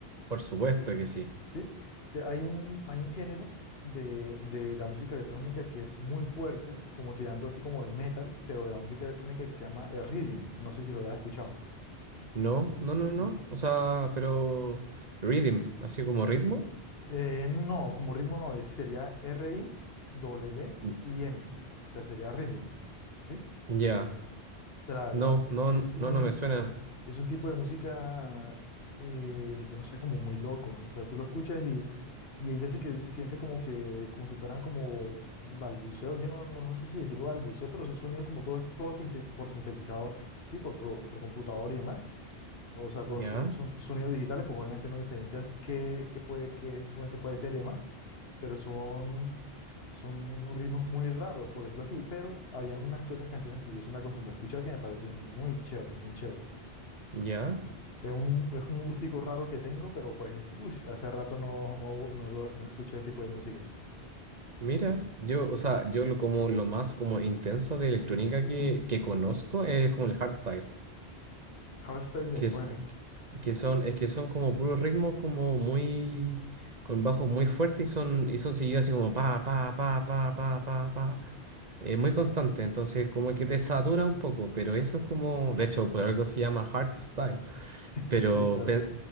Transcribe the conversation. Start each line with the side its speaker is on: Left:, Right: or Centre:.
Right: Por supuesto que sí.
Left: ¿sí? Te- Hay un, hay un género de, de la música electrónica que es muy fuerte, como tirando así como el metal, pero de la música electrónica que se llama el reading. No sé si lo hayas escuchado.
Right: No, no, no, no.
Left: No,
Right: O sea, pero rhythm, así como ritmo.
Left: Eh, no, como ritmo no, es- sería R-I, D D
Right: Mm.
Left: y M. O sea, sería reading, ¿sí? O
Right: Ya.
Left: sea, la verdad,
Right: No,
Left: e-
Right: no,
Left: es
Right: no,
Left: un,
Right: no no me suena.
Left: es un tipo de música, eh, yo no sé, como muy loco. O sea, tú lo escuchas y, y hay veces que sientes como que, como si fueran como balbuceo. Yo no, no, no sé si decirlo balbuceo, pero son sonidos como todo, es- todo sinte- por sintetizador, sí, por, pro- por, computador y demás. O sea, todos
Right: Ya,
Left: son, son sonidos digitales, pues obviamente no diferencias qué, qué puede, qué instrumento puede ser y demás, pero son, son ritmos muy raros, por decirlo así. Pero había unas que otras canciones que yo sí me acostumbré a escuchar que me parecen muy chéveres, muy chéveres.
Right: ya.
Left: Este es un- es un gustico raro que tengo, pero pues, uy, hace rato no, no, no, lo- no escuché ese tipo de música.
Right: Mira, yo, o sea, yo lo como lo más como intenso de electrónica que,
Left: <clears throat>
Right: que conozco es como el hardstyle.
Left: Hardstyle me
Right: que,
Left: suena.
Right: es- eh, que son, es que son como puros ritmos como muy, con bajos muy fuertes y son, y son seguidos así como pa, pa, pa, pa, pa, pa, pa. eh, muy constante, entonces como que te satura un poco, pero eso es como, de hecho, por algo se llama hardstyle,
Left: <laughs>
Right: pero
Left: Sí, claro.
Right: pe-